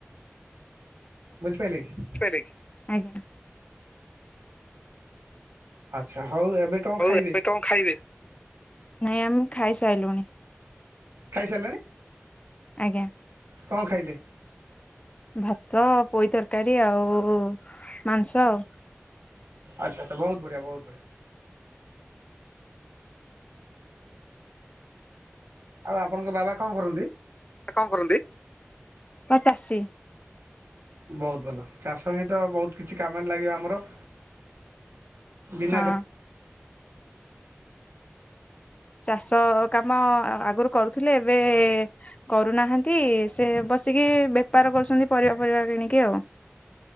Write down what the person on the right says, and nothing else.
ବୁଝିପାଇଲେ କି?
ଆଚ୍ଛା ହଉ ଏବେ କ'ଣ
ଖାଇବେ
ଖାଇସାରିଲେଣି?
କଣ ଖାଇଲେ?
ଆଚ୍ଛା-ଆଚ୍ଛା! ବହୁତୁବଢିଆ-ବହୁତୁବଢିଆ। ଆଉ, ଆପଣଙ୍କ ବାବା କଣ କରନ୍ତି?
ବହୁତ ଭଲ, ଚାଷ ହିଁ ତ ବହୁତ କିଛି କାମରେ ଲାଗିବ ଆମର। ବିନା
ଯା